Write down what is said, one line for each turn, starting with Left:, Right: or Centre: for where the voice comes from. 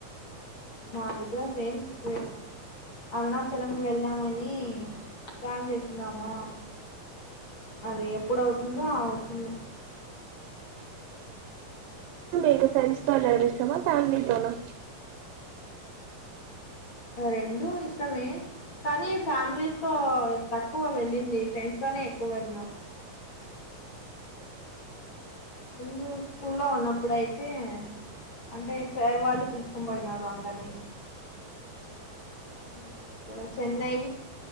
Left: మాది కూడా సేమ్ సచువేషన్ అరుణాచలంకి వెళ్ళామని ప్లాన్ చేస్తున్నామా అది ఎప్పుడు అవుతుందో అవుతుంది
Right: మీకు ఫ్రెండ్స్ తో ఉండడం ఇష్టమా ఫ్యామిలీతోనా
Left: రెండు ఇష్టమే కానీ ఫ్యామిలీస్ తో తక్కువ వెళ్ళింది ఫ్రెండ్స్ తోనే ఎక్కువ వెళ్నాము ముందు స్కూల్ లో ఉన్నప్పుడు అయితే అంటే సార్ వాళ్ళు పిల్చుకొని పోయినారు అందరినీ ఆ, ఇక్కడ చెన్నై